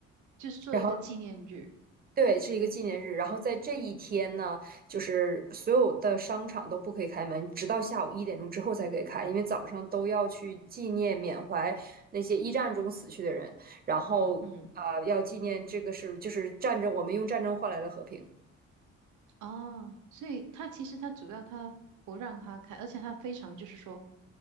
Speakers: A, on the right (about 75°); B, on the right (about 30°).
A: 就是做一个纪念日。
B: 然后对，是一个纪念日。然后在这一天呢，就是所有的商场都不可以开门，直到下午一点钟之后才可以开，因为早上都要去纪念缅怀那些一战中死去的人，然后呃，
A: 嗯，
B: 要纪念这个是就是战争，我们用战争换来了和平。
A: 哦，所以他其实他主要他不让他看，而且他非常就是说，